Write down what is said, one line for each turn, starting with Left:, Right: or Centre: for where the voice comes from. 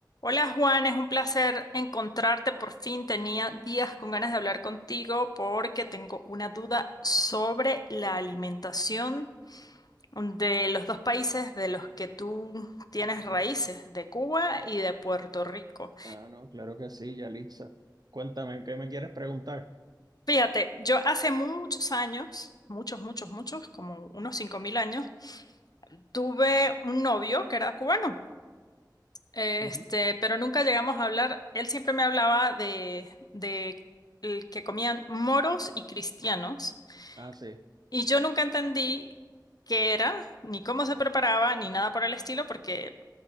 Left: Hola Juan, es un placer encontrarte por fin. Tenía días con ganas de hablar contigo porque tengo una duda sobre la alimentación de los dos países de los que tú tienes raíces, de Cuba y de Puerto Rico.
Right: Ah, no, claro que sí, Yalitza. Cuéntame, ¿qué me quieres preguntar?
Left: Fíjate, yo hace muchos años, muchos, muchos, muchos, como unos 5.000 años, tuve un novio que era cubano. Este,
Right: Ujú.
Left: pero nunca llegamos a hablar. Él siempre me hablaba de, de el que comían moros y cristianos.
Right: Ah, sí.
Left: Y yo nunca entendí qué era, ni cómo se preparaba, ni nada por el estilo, porque